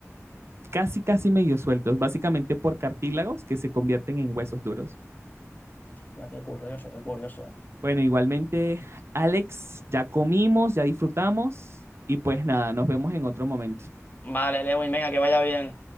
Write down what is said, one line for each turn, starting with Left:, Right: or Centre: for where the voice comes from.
Right: Casi, casi medio sueltos, básicamente por cartílagos que se convierten en huesos duros.
Left: Hostia, qué curioso, qué curioso.
Right: Bueno, igualmente, Alex, ya comimos, ya disfrutamos y pues nada, nos vemos en otro momento.
Left: Vale, Lewin, venga, que vaya bien.